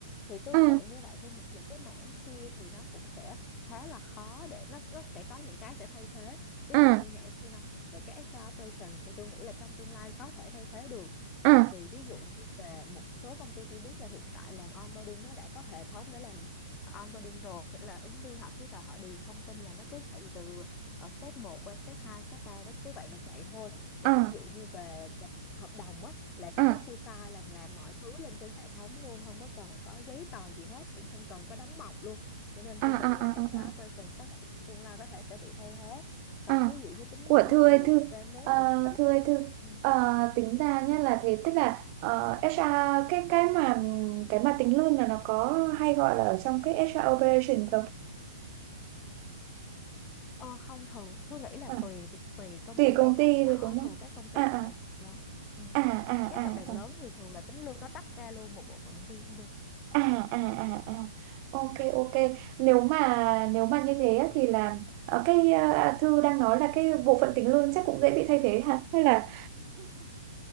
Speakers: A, on the left; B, on the right.
A: thì tương
B: ờ
A: tự như vậy thương nghĩ những cái mảng kia thì nó cũng sẽ khá là khó để nó nó sẽ có những cái sẽ thay thế ví
B: ờ
A: dụ như nhảy thư nói về cái HR operations thì tôi nghĩ là trong tương lai có thể thay thế được
B: ờ
A: tại vì ví dụ như về một số công ty thư biết là hiện tại làm onboarding nó đã có hệ thống để làm ờ, onboarding rồi nghĩa là ứng viên họ cứ vào họ điền thông tin là nó cứ chạy từ ờ, step một qua step 2 step ba nó cứ vậy mà chạy thôi rồi
B: ờ
A: ví dụ như về cần- hợp đồng á là
B: ờ
A: có DocuSign là làm mọi thứ lên trên hệ thống luôn không có cần có giấy tờ gì hết cũng không cần có đóng mộc luôn cho nên
B: ờ
A: Thương nghĩ
B: ờ
A: là
B: ờ
A: HR
B: ờ ờ
A: operations có thể trong tương lai có thể sẽ bị thay thế còn
B: ờ.
A: ví dụ như tính
B: của
A: lương
B: thư ơi
A: thì
B: thư
A: thật ra nếu
B: ờ,
A: mà chỉ
B: thư ơi thư
A: ừ.
B: Ờ, tính ra nhé là thế tức là ờ, HR cái cái mà cái mà tính lương là nó có hay gọi là ở trong cái HR operation không
A: Ờ, không thường Thương nghĩ là
B: à,
A: tùy tùy công
B: tùy
A: ty lớn
B: công
A: hoặc
B: ty
A: nhỏ
B: rồi đúng
A: thường
B: không
A: các công ty
B: à à
A: tập đoàn lớn ừ.
B: à à
A: các
B: à
A: tập
B: à
A: đoàn lớn thì thường là tính lương nó tách ra luôn một bộ phận riêng luôn
B: à à à à ok ok nếu mà nếu mà như thế á, thì là ờ, cái ờ, thư đang nói là cái bộ phận tính lương chắc cũng dễ bị thay thế hả hay là